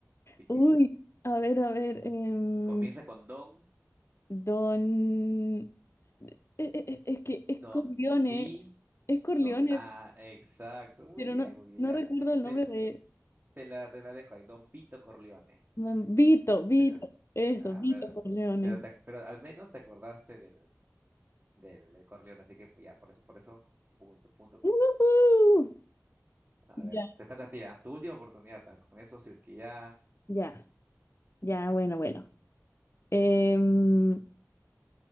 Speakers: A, on the right; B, on the left.
A: ficticio.
B: Uy, a ver, a ver, em,
A: Comienza con Don,
B: Don... eh, eh, eh, es que es
A: Don
B: Corleone,
A: B,
B: es Corleone,
A: Don A. Exacto, muy
B: pero
A: bien,
B: no,
A: muy bien.
B: no
A: Ya,
B: recuerdo el
A: te-
B: nombre de...
A: Te la, te la dejo ahí, Don Vito Corleone.
B: mm, Vito, Vito,
A: Pero,
B: eso,
A: ah,
B: Vito
A: pero,
B: Corleone.
A: pero, te ac- pero al menos te acordaste del, del, del Corleone, así que ya, por eso, por eso, punto, punto por
B: ¡Ujú!
A: eso. A ver,
B: Ya,
A: te toca a ti, ah, Tu última oportunidad, ah, Con eso, si es que ya.
B: ya, ya, bueno, bueno. Em,